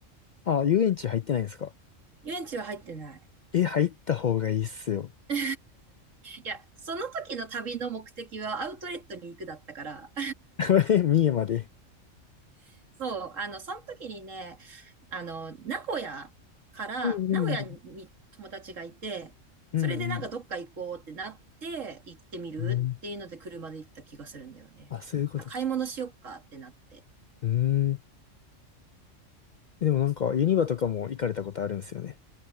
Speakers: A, on the left; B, on the right.
A: あ、遊園地入ってないんですか
B: 遊園地は入ってない。
A: え、入った方がいいっすよ。
B: <laughs> いや、その時の旅の目的はアウトレットに行くだったから。
A: <laughs> 三重まで。
B: <laughs> そう、あの、その時にね、あの、名古屋から、
A: うんうん。
B: 名古屋に友達がいて、
A: うんうん。
B: それでなんかどっか行こうってなって、行ってみるっていうので車で行った気がするんだよね。
A: うんあ、そういうことか。
B: あ、買い物しよっかってなって。
A: うーん。でもなんか、ユニバとかも行かれたことあるんですよね。